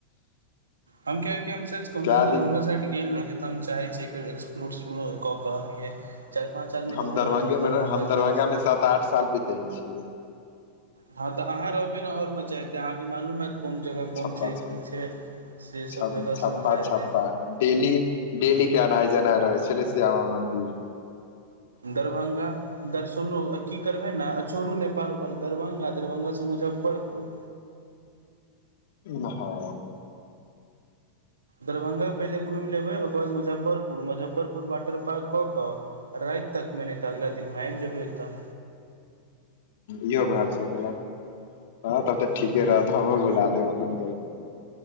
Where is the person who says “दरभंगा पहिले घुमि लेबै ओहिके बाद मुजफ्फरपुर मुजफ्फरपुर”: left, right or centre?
Right